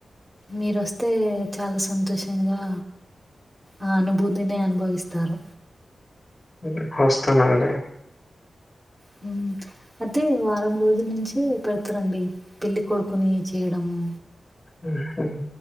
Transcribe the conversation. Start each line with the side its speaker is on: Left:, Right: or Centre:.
Right: మీరొస్తే చాలా సంతోషంగా ఆ అనుభూతినే అనుభవిస్తారు.
Left: హ్ వస్తానండి.
Right: హ్మ్ అయితే వారం రోజుల నుంచే పెడతరండి పెళ్లి కొడుకుని చేయడము.
Left: ఉహ్.